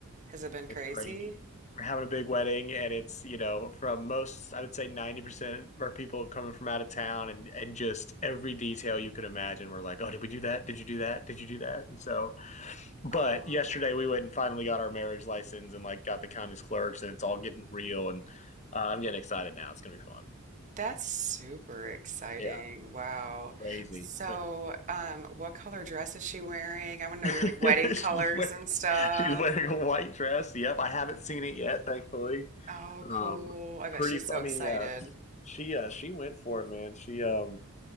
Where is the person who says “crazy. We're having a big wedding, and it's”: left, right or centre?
Left